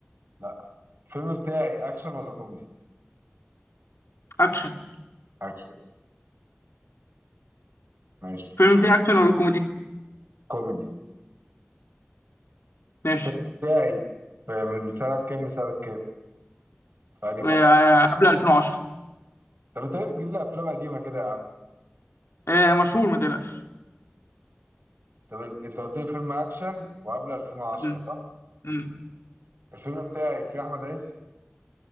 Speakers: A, on the right (about 55°); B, on the left (about 80°).
A: لا الفيلم بتاعي اكشن ولا كوميدي
B: اكشن
A: اكشن ماشي
B: الفيلم بتاعي اكشن ولا كوميدي
A: كوميدي
B: ماشي
A: الفيلم بتاعي من سنة كام لسنة كام؟ في أنهي
B: آه،
A: فترة؟
B: قبل 2010
A: طب أنت ليه بتجيب لي أفلام قديمة كده يا عم؟
B: آه، مشهور ما تقلقش
A: طب ال- أنت قلت لي فيلم أكشن وقبل 2010
B: مم،
A: صح؟
B: مم.
A: الفيلم بتاعي فيه أحمد عز؟